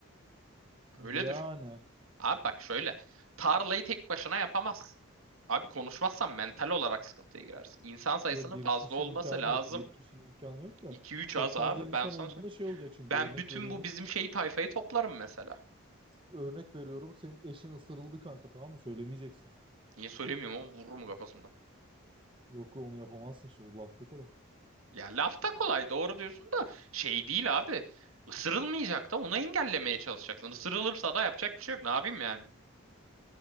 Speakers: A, on the right (about 25°); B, on the right (about 80°).
A: Yani.
B: Öyle düşün. Abi bak şöyle. Tarlayı tek başına yapamazsın. Abi konuşmazsan mental olarak sıkıntıya girersin. İnsan sayısının
A: Yo bir
B: fazla
A: kişi
B: olması
A: imkanı
B: lazım.
A: yok. Bir kişinin imkanı yok da.
B: 2 üç
A: Çok
B: az
A: fazla
B: abi.
A: insan
B: Ben sana
A: olduğunda
B: söyleyeyim.
A: şey olacak şimdi.
B: Ben
A: Örnek
B: bütün
A: veriyorum.
B: bu bizim şey tayfayı toplarım mesela.
A: Örnek veriyorum. Senin eşin ısırıldı kanka tamam mı? Söylemeyeceksin.
B: Niye söylemiyorum ama vururum kafasında.
A: Yok onu yapamazsın işte. O lafta kolay.
B: Ya lafta kolay doğru diyorsun da şey değil abi. Isırılmayacak da onu engellemeye çalışacaksın. Isırılırsa da yapacak bir şey yok. Ne yapayım yani?